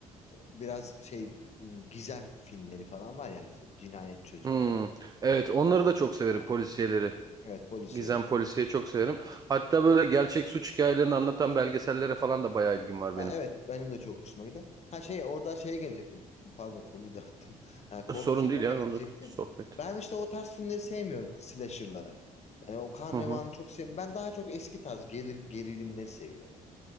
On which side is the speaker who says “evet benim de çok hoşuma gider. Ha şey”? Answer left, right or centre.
Left